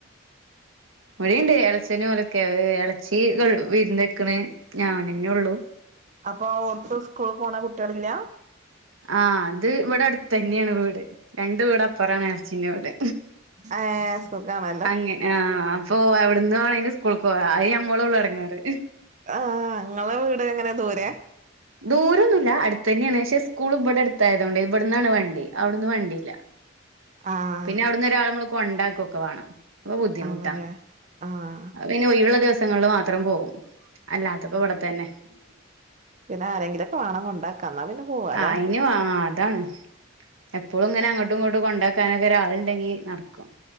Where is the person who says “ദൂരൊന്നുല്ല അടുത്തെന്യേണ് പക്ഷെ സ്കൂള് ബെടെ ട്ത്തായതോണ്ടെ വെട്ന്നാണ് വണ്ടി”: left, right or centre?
Right